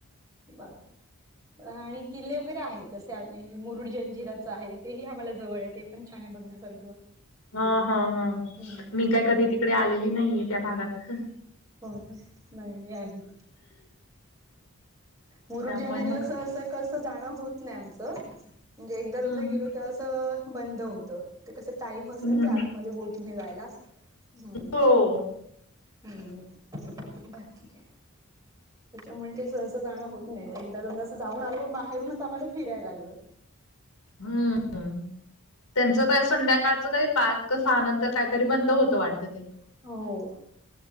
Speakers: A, on the right; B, on the left.
A: बस. <unintelligible> आणि किल्ले वगैरे आहेत, तसे मुरुड जंजिराच आहे तेही आम्हाला जवळ य ते पण छान बघण्यासारखं
B: हा, हा, हा
A: हम्म
B: मी काय कधी तिकडे आलेली नाहीये त्या भागात
A: हो ना. नाही आले, मुरुड
B: त्यामुळे
A: जंजिराला
B: मग
A: सहसा कसं जाणं होत नाही आमचं, म्हणजे एकदा दोनदा
B: हम्म
A: गेल तर असं बंद होत. ते कस टाइम असत
B: हम्म
A: ना
B: हम्म
A: ते, आतमध्ये बोटीने जायला हम्.
B: हो
A: ह् बात क आहे. <unintelligible> त्याच्यामुळे काही सहसं जाणं होत नाही, एकदा दोनदा असं जाऊन आलून बाहेरूनच आम्हाला फिरायला लागलं.
B: हम्म त्यांचा का संध्याकाळचं काही पाच क सहा नंतर काहीतरी बंद होतं वाटतं ते
A: हो